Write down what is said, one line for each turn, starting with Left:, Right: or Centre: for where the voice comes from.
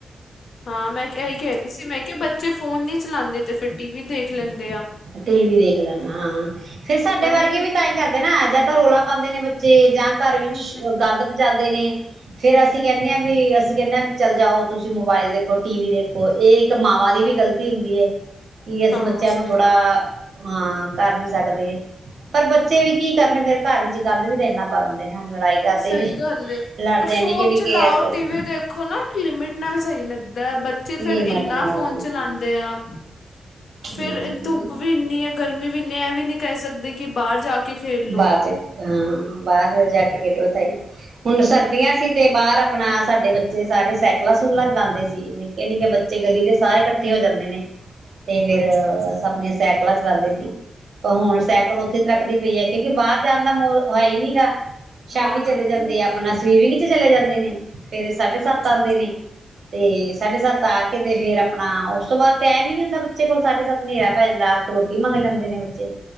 Left: ਹਾਂ ਮੈਂ ਇਹੀ ਕਹਿ ਰਹੀ ਸੀ ਮੈਂ ਕਿਹਾ ਬੱਚੇ ਫੋਨ ਨਹੀਂ ਚਲਾਉਂਦੇ ਤੇ ਫਿਰ ਟੀ ਵੀ ਦੇਖ ਲੈਂਦੇ ਆ
Right: ਟੀ ਵੀ ਦੇਖ ਲੈਣਾ ਹਾਂ ਫੇਿਰ ਸਾਡੇ
Left: ਇਹੀ
Right: ਵਰਗੇ
Left: ਹੈ
Right: ਵੀ ਤਾਂ ਇਹ ਕਰਦੇ ਨਾ ਤਾਂ ਰੋੌਲਾ ਪਾਉਂਦੇ ਨੇ ਬੱਚੇ ਜਾਂ ਘਰ ਵਿੱਚ
Left: ਹਮ
Right: ਗੰਦ ਬਜਾਦੇ ਨੇ ਫੇਰ ਅਸੀਂ ਕਹਿੰਦੇ ਹਾਂ ਵੀ ਸੀਂ ਕਹਿੰਦੇ ਵੀ ਚੱਲ ਜਾਓ ਤੁਸੀਂ ਮੋਬਾਇਲ ਦੇਖੋ ਟੀ ਵੀ ਦੇਖੋ ਇਹ ਤਾਂ ਮਾਵਾਂ
Left: ਹਾਂ
Right: ਦੀ ਵੀ ਗਲਤੀ ਹੁੰਦੀ ਹੈ। ਕਿ ਅਸੀਂ
Left: ਹਾਂ
Right: ਬੱਚਿਆਂ
Left: ਸਹੀ
Right: ਨੂੰ ਥੋੜਾ
Left: ਗੱਲ
Right: <unintelligible> ਹਾਂ ਕਰ ਨੀ ਸਕਦੇ ਪਰ ਬੱਚੇ ਵੀ ਕੀ ਕਰਨ ਫੇਰ ਘਰ ਵਿੱਚ ਗੰਦ ਵੀ ਤੇ ਇਨਾ ਪਾ ਦਿੰਦੇ ਨੇ ਲੜਾਈ ਕਰਦੇ
Left: ਸਹੀ ਗੱਲ
Right: ਲੜਦੇ
Left: ਪਰ ਫੋਨ
Right: ਨਿੱਕੇ ਨਿੱਕੇ
Left: ਚਲਾਓ
Right: ਆਪਸ
Left: ਟੀ ਵੀ ਦੇਖੋ ਨਾ ਲਿਮਿਟ ਨਾਲ ਸਹੀ ਲੱਗਦਾ ਹੈ। ਬੱਚੇ
Right: ਲਿਮਟ
Left: ਫਰ ਇੰਨਾ
Right: ਨਾਲ
Left: ਫੋਨ ਚਲਾਉਂਦੇ ਆ ਫੇਰ
Right: ਹਮ
Left: ਧੁੱਪ ਵੀ ਇੰਨੀ ਆ ਗਰਮੀ ਵੀਨੇ ਇਹ ਵੀ ਨਹੀਂ ਕਹਿ ਸਕਦੇ ਕਿ ਬਾਹਰ ਜਾ ਕੇ ਖੇਲ ਲੋ
Right: ਬਾਹਰ ਜਾ ਹਾਂ। ਬਾਹਰ ਜਾ ਕੇ <unintelligible> ਤਾਈ ਹੁਣ ਸਰਦੀਆਂ ਸੀ ਤੇ ਬਾਹਰ ਆਪਣਾ ਸਾਡੇ ਬੱਚੇ ਸਾਰੇ ਸਾਈਕਲਾਂ ਸੁਕਲਾਂ ਚਲਾਉਂਦੇ ਸੀ ਨਿੱਕੇ ਨਿੱਕੇ ਬੱਚੇ ਗਲੀ ਦੇ ਸਾਰੇ ਇਕੱਠੇ ਹੋ ਜਾਂਦੇ ਨੇ ਤੇ ਫੇਰ
Left: ਅੱਛਾ ਅੱਛਾ
Right: ਸਪਣੇੇ ਸੈ ਚਲਾਉਂਦੇ ਸੀ ਪਰ ਹੁਣ ਸਾਈਕਲ ਉੱਥੇ ਤਰੱਕਦੀ ਪਈ ਹੈ। ਕਿਉਂਕਿ ਬਾਹਰ ਜਾਣ ਦਾ ਮਾਹੌਲ ਹੀ ਨਹੀ ਗਾ। ਸ਼ਾਮੀ
Left: ਹਾਂ ਗਰਮੀ
Right: ਚਲੇ ਜਾਂਦੇ
Left: ਇੰਨੀ
Right: ਆ ਆਪਣਾ
Left: ਹੈ
Right: ਸਵੀਮਿੰਗ ਚਲੇ ਜਾਂਦੇ ਨੇ ਫੇਰ ਸਾਢੇ ਸੱਤ
Left: ਅੱਛਾ
Right: ਆਉਂਦੇ
Left: ਅੱਛਾ
Right: ਨੇ ਤੇ ਸਾਢੇ ਸੱਤ ਆ ਕੇ ਤੇ ਫੇਰ ਆਪਣਾ ਉਸ ਤੋਂ ਬਾਅਦ ਟਾਈਮ ਹੀ ਨੀ ਹੁੰਦਾ ਬੱਚੇ ਕੋਲ ਸਾਢੇ ਸੱਤ ਹਨੇਰਾ ਪੈ ਜਾਂਦਾ ਰੋਟੀ ਮੰਗ ਲੈਂਦੇ ਨੇ ਬੱਚੇ